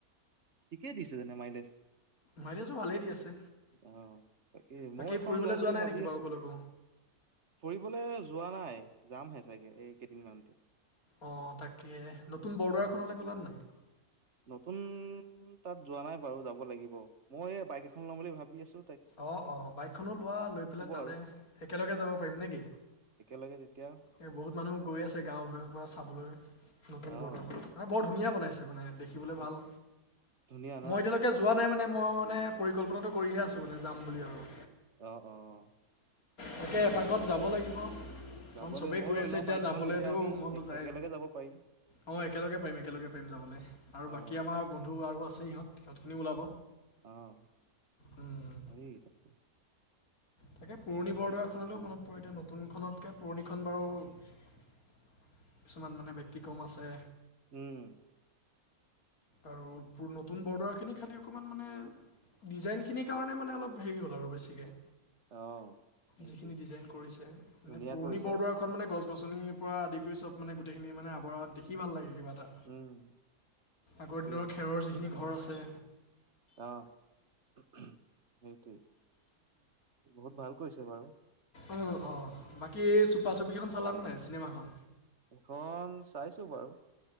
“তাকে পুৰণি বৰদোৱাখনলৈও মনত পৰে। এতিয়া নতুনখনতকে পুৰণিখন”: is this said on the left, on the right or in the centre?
Left